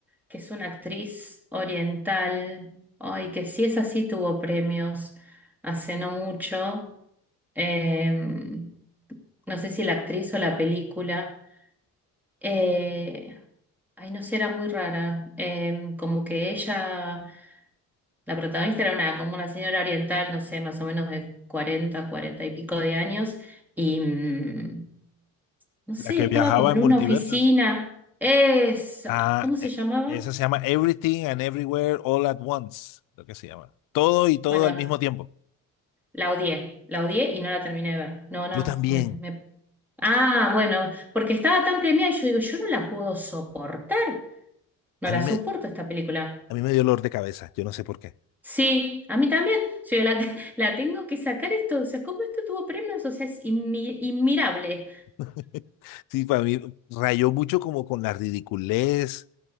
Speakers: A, in the centre; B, on the left.
A: que es una actriz oriental? Ay, que sí es así, tuvo premios hace no mucho. Eh, no sé si la actriz o la película. Eh, ay, no sé, era muy rara. Eh, como que ella, la protagonista era una, como una señora oriental, no sé, más o menos de 40, 40 y pico de años. Y. mm, no sé,
B: La que
A: estaba
B: viajaba
A: como
B: en
A: en
B: multiversos.
A: una oficina. Esa.
B: Ah,
A: ¿Cómo se
B: e-
A: llamaba?
B: esa se llama Everything and Everywhere All at Once, lo que se llama. Todo y todo
A: Bueno,
B: al mismo tiempo.
A: la odié. La odié y no la terminé de ver. No, no.
B: Yo también.
A: me- me- Ah, bueno, porque estaba tan premiada. Yo digo, yo no la puedo soportar. No
B: A
A: la
B: mí me,
A: soporto esta película.
B: a mí me dio dolor de cabeza, yo no sé por qué.
A: Sí, a mí también. Yo la, te- <laughs> la tengo que sacar esto. O sea, ¿cómo esto tuvo premios? O sea, es inmi- inmirable.
B: <laughs> Sí, para mí rayó mucho como con la ridiculez,